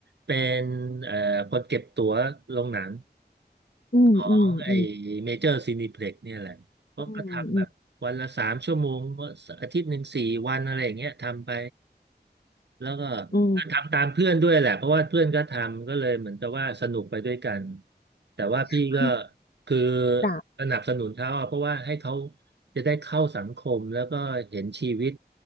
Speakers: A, on the right; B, on the left.
A: เป็นเอ่อคนเก็บตั๋วโรงหนัง
B: อืมอืมอืม
A: ของอไอเมเจอร์ซีนิเพล็กเนี่ยแหละก็ก็ทำแบบวันละสามชั่วโมง
B: อืมอื
A: อาทิตย์หนึ่งสี่วันอะไรอย่างเงี้ยทำไป แล้วก็
B: ม
A: ทำตามเพื่อนด้วยแหละเพราะว่าเพื่อนก็ทำก็เลยเหมือนกับว่าสนุกไปด้วยกัน แต่ว่าพี่ก็
B: อืมคือ
A: คือ
B: จาก
A: สนับสนุนเขาอะเพราะว่าให้เขาจะได้เข้าสังคมแล้วก็เห็นชีวิต